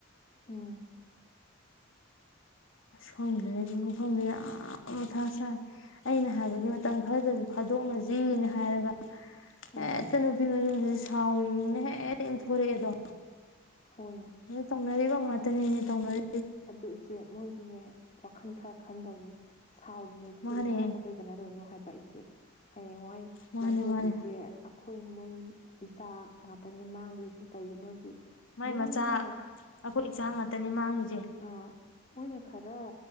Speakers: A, on the left (about 30°); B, on the left (about 70°).
A: ꯎꯝ
B: ꯈꯪꯗꯔ꯭ꯦꯗ ꯑꯩꯁꯨ ꯈꯪꯗꯔꯦ ꯌꯥꯝ ꯃꯊꯥ ꯁꯥꯏ ꯑꯩꯅ ꯍꯥꯏꯕꯗꯤ ꯃꯇꯝ ꯈꯔꯗꯁꯨ ꯐꯥꯗꯣꯛꯅꯁꯤꯅ ꯍꯥꯏꯔꯒ ꯍꯦꯛꯇ
A: ꯎꯝ
B: ꯅꯨꯄꯤ ꯃꯌꯨꯝ ꯑꯗꯨꯗꯤ ꯁꯥꯎꯔꯤꯅꯤꯅ ꯍꯦꯛꯇ ꯏꯟꯊꯣꯔꯛꯑꯦꯗꯣ
A: ꯍꯣꯏꯅꯦ
B: ꯈꯪꯗꯦ ꯇꯧꯅꯔꯤꯕ ꯉꯛꯇꯅꯦ ꯇꯧꯅꯔꯤ
A: ꯑꯗꯨ ꯏꯆꯦ ꯃꯣꯏꯁꯨꯅꯦ ꯋꯥꯈꯜ ꯈꯔ ꯈꯟꯗꯧꯅꯤ ꯁꯥꯎꯔꯤꯅꯦ ꯑꯗꯨꯅ
B: ꯃꯥꯅꯦ
A: ꯏꯟꯊꯣꯛꯑ ꯀꯩ ꯀꯥꯅꯗꯣꯏꯅꯣ ꯍꯥꯏꯕ ꯄꯥꯏꯆꯦ ꯍꯌꯦꯡꯋꯥꯏ
B: ꯃꯥꯅꯦ
A: ꯃꯥꯡꯖꯗꯣꯏꯁꯦ
B: ꯃꯥꯅꯦ
A: ꯑꯩꯈꯣꯏ ꯃꯣꯏ ꯏꯆꯥ ꯉꯥꯛꯇꯅꯤ ꯃꯥꯡꯗꯣꯏꯁꯦ ꯀꯩꯒꯤꯅꯣꯗꯤ
B: ꯃꯥꯏ
A: ꯃꯣꯏꯅ
B: ꯃꯆꯥ ꯑꯩꯈꯣꯏ ꯏꯆꯥ ꯉꯛ ꯇꯅꯤꯃꯥꯡꯉꯤ
A: ꯑꯥ ꯃꯣꯏꯅ ꯈꯔ